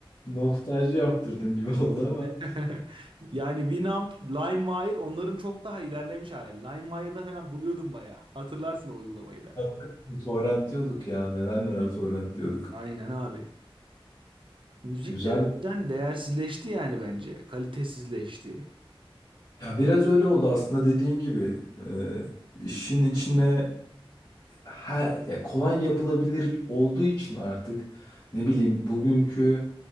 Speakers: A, on the left (about 45°); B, on the right (about 60°).
A: nostalji yaptırdın gibi <laughs> oldu ama.
B: <laughs> Yani Winamp, LimeWire onların çok daha ilerlemiş hali. LimeWire'da falan buluyordum bayağı. Hatırlarsın o uygulamayı da.
A: Tabii, torrent diyorduk ya. Neler neler torrent diyorduk.
B: Aynen abi. Müzik
A: Güzel.
B: de o yüzden değersizleşti yani bence. Kalitesizleşti.
A: Ya biraz öyle oldu aslında dediğin gibi. Ee, işin içine her, ya kolay yapılabilir olduğu için artık ne bileyim bugünkü